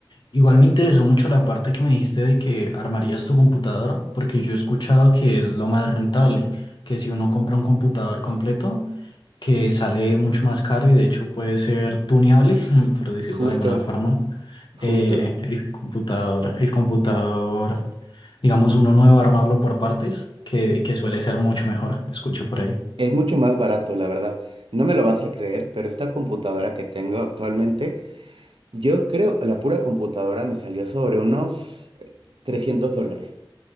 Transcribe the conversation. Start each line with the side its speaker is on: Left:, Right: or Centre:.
Left: Igual me interesó mucho la parte que me dijiste de que armarías tu computadora, porque yo he escuchado que es lo más rentable, que si uno compra un computador completo, que sale mucho más caro y de hecho puede ser tuneable, <laughs> por decirlo
Right: Justo,
Left: de alguna forma,
Right: justo.
Left: eh, el computador, el computador, digamos uno nuevo, armarlo por partes, que, que suele ser mucho mejor, escuché por ahí.
Right: Es mucho más barato, la verdad. No me lo vas a creer, pero esta computadora que tengo actualmente, yo creo, la pura computadora me salió sobre unos eh, 300 dólares.